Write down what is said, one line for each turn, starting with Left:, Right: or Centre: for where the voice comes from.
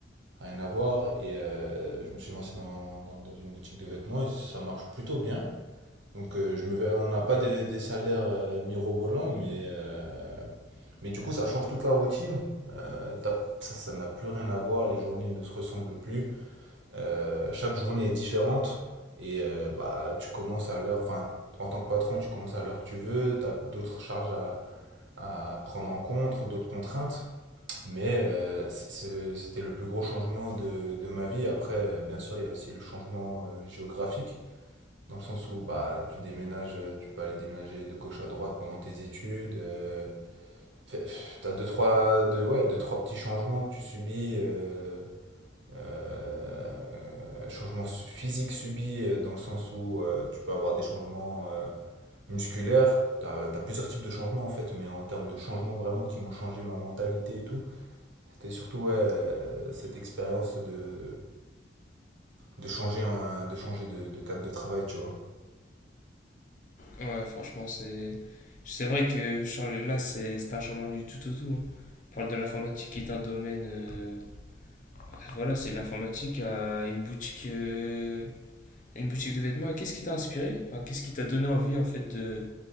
Right: Rien à voir. Et euh, je me suis lancé dans, dans, dans une boutique de vêtements et ça marche plutôt bien. Donc, euh, je me vais, on n'a pas des, des salaires euh, mirobolants, mais, euh, mais du coup, ça change toute la routine. Euh, t'as- ça, ça n'a plus rien à voir, les journées ne se ressemblent plus. Euh, chaque journée est différente et euh, bah, tu commences à l'heure, enfin, en tant que patron, tu commences à l'heure que tu veux, tu as d'autres charges à, à prendre en compte, d'autres contraintes. Mais euh, c'est- c'est- c'était le plus gros changement de, de ma vie. Après, euh, bien sûr, il y a aussi le changement euh, géographique, dans le sens où bah, tu déménages, euh, tu peux aller déménager de gauche à droite pendant tes études. euh, fait- t'as deux, trois, deux, ouais, deux, trois petits changements que tu subis euh, euh, changements physiques subis euh, dans le sens où euh, tu peux avoir des changements euh, musculaires. Tu as, plusieurs types de changements en fait, mais en termes de changements vraiment qui m'ont changé ma mentalité et tout, c'était surtout ouais, euh, cette expérience de, de changer, un- de, changer de, de cadre de travail, tu vois.
Left: Ouais, franchement, c'est. C'est vrai que changer là, c'est c'est un changement du tout au tout. hein. On parle de l'informatique qui est un domaine. euh, bah, Voilà, c'est l'informatique à une boutique, euh, une boutique de vêtements. Et qu'est-ce qui t'a inspiré? Enfin, qu'est-ce qui t'a donné envie en fait de,